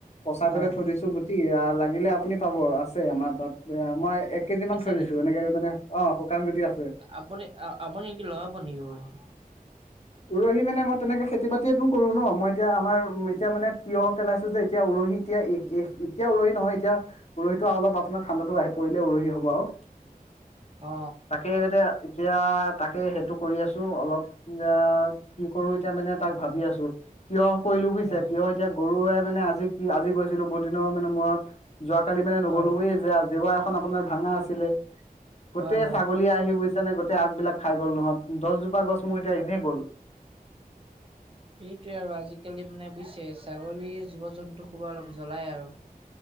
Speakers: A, on the left; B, on the right.
A: পচাই
B: হয়
A: পেলাই থৈ দিছো গুটি লাগিলে আপুনি পাব আছে আমাৰ তাত, মই এক কেজিমান
B: আছা
A: থৈ দিছো,
B: নেকি
A: এনেকে মানে অ শুকান গুটি আছে।
B: আপুনি আপুনি কি লগাব নেকি উৰহি?
A: উৰহি মানে মই তেনেকে খেতি বাতিয়ো কৰো ন, মই এতিয়া আমাৰ এতিয়া মানে তিয়হ পেলাইছো যে এতিয়া উৰহি এতিয়া এ এতিয়া উৰহি নহয় এতিয়া উৰহিটো অলপ আপোনাৰ ঠাণ্ডাটো আহি পৰিলে উৰহি হ'ব আৰু।
B: অ।
A: তাকে এ এতিয়া তাকে সেইটো কৰি আছো অলপ এ কি কৰো এতিয়া মানে তাক ভাবি আছো, তিয়হ কৰিলো বুজিছে
B: হয়,
A: তিয়হ এতিয়া গৰুৱে মানে আজি কি আজি গৈছিলো বহুত দিনৰ মানে মূৰত যোৱ কালি মানে নগ'লোৱ
B: হয়,
A: যে জেওৰা এখন আপোনাৰ ভাঙা আছিলে, গোটেই
B: হয়, হয়।
A: ছাগলী আহি গৈছিল নে গোতেই আগবিলাক খাই গ'ল নহয়, দহ গজোপা গছ মোৰ এতিয়া আহনেে গ'ল।
B: সেইটোৱে আৰু আজিকালি মানে বুজিছে ছাগলীৰ জীৱ-জন্তু খুব জ্বলাই আৰু।